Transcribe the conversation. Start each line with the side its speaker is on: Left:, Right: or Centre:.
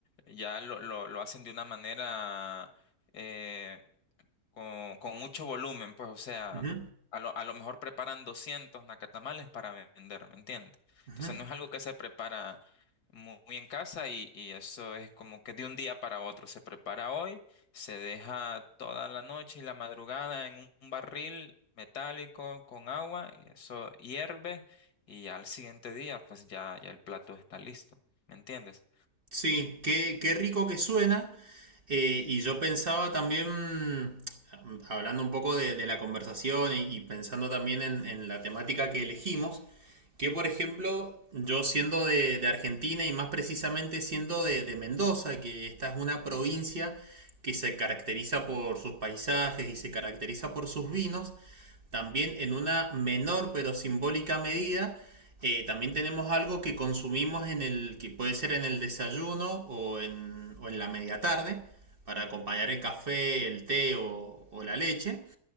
Left: ya lo, lo, lo hacen de una manera eh, con, con mucho volumen, pues o sea,
Right: Ujú,
Left: a lo, a lo mejor preparan 200 nacatamales para vender, ¿me entiendes?
Right: ujú.
Left: Entonces no es algo que se prepara mu- muy, en casa y, y eso es como que de un día para otro, se prepara hoy, se deja toda la noche y la madrugada en un un barril metálico con agua y eso hierve y al siguiente día pues ya, ya el plato está listo, ¿me entiendes?
Right: Sí, qué, qué rico que suena. Eh, y yo pensaba también, hablando un poco de, de la conversación y, y pensando también en, en la temática que elegimos, que por ejemplo, yo siendo de, de Argentina y más precisamente siendo de, de Mendoza, que esta es una provincia que se caracteriza por sus paisajes y se caracteriza por sus vinos, también en una menor pero simbólica medida, eh, también tenemos algo que consumimos en el, que puede ser en el desayuno o en, o en la media tarde, para acompañar el café, el té o, o la leche,